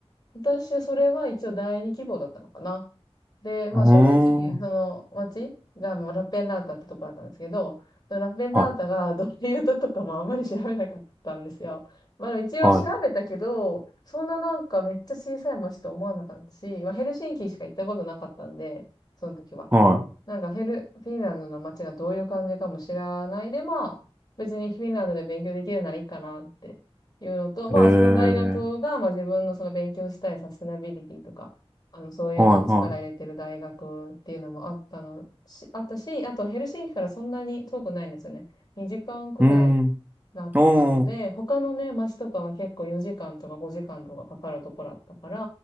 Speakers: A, on the left; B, on the right.
A: 私はそれは一応第二希望だったのかな。で、まあ正お直、
B: うーん、は
A: その町がまあラッペンラータってとこだったんですけど、そのラッペンラータが
B: い、
A: <laughs> どういうとことかもあんまり調べなかったんですよ。まあでも一応調べたけど、
B: はい、
A: そんななんかめっちゃ小さい町と思わなかったし、まあヘルシンキしか行ったことなかったんで、その時は。
B: は
A: なんかフィル、フィンランドの街がどういう感じかも知らないで、まあ、別にフィンランドで勉強できるならいいかなっていうのと、まあ、
B: い。
A: その大学が、
B: ええ
A: まあ自分のその勉強したいサステナビリティとか、あの、そういうのに力入れてる大学っていうのもあったのし、
B: はい、は
A: あったし、あとヘルシンキからそんなに遠くないんですよね。2時間くらい
B: い。うーん、
A: だったので、
B: おー、
A: 他のね、街とかは結構4時間とか5時間とかかかるところだったから、